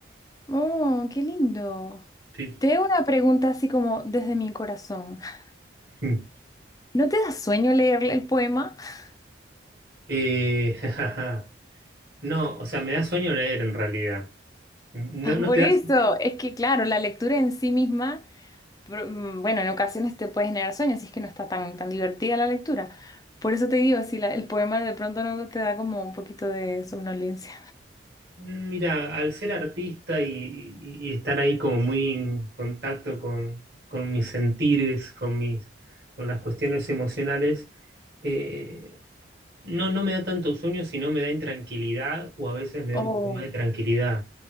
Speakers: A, on the left; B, on the right.
A: Oh, qué lindo.
B: Sí.
A: Te hago una pregunta así como desde mi corazón. <laughs>
B: <laughs>
A: ¿No te da sueño leer el poema? <laughs>
B: Eh, <laughs> no, o sea, me da sueño leer en realidad. No,
A: Ah,
B: no
A: Por
B: te das.
A: eso, es que claro, la lectura en sí misma, pro- mm, bueno, en ocasiones te puede generar sueños si es que no está tan, tan divertida la lectura. Por eso te digo, si la- el poema de pronto no te da como un poquito de somnolencia.
B: Mira, al ser artista y, y- y estar ahí como muy en contacto con, con mis sentires, con mis, con las cuestiones emocionales, eh, no, no me da tanto sueño, sino me da intranquilidad o a veces me da
A: Oh,
B: un poco más de tranquilidad.